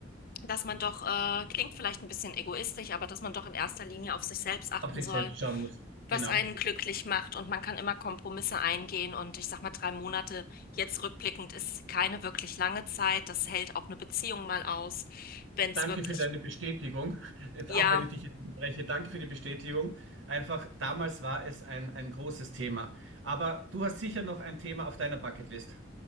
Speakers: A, on the left; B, on the right.
A: dass man doch, äh, klingt vielleicht ein bisschen egoistisch, aber dass man doch in erster Linie auf sich selbst achten
B: Auf sich
A: soll,
B: selbst schauen muss.
A: was
B: Genau.
A: einen glücklich macht. Und man kann immer Kompromisse eingehen. Und ich sag mal, drei Monate jetzt rückblickend ist keine wirklich lange Zeit. Das hält auch eine Beziehung mal aus, wenn
B: Danke
A: es wirklich,
B: für deine Bestätigung. Jetzt,
A: ja.
B: auch wenn ich dich jetzt unterbreche, danke für die Bestätigung. Einfach, damals war es ein, ein großes Thema. Aber du hast sicher noch ein Thema auf deiner Bucketlist.